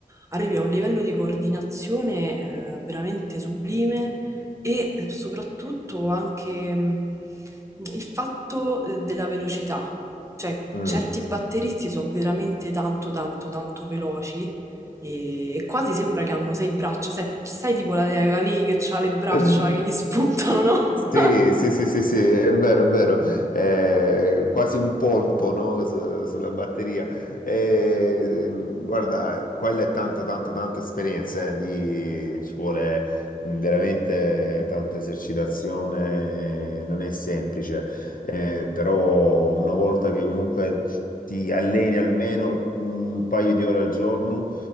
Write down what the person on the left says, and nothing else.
mm,
mm.
<laughs>
Sì,
sì, sì, sì, sì, è vero, è vero, Eh, quasi un polpo, no? Su- sulla batteria. Eh, guarda, quella è tanta, tanta, tanta esperienza, eh. Lì ci vuole veramente tanta esercitazione, eh, non è semplice, Eh, però una volta che comunque ti alleni almeno un paio di ore al giorno,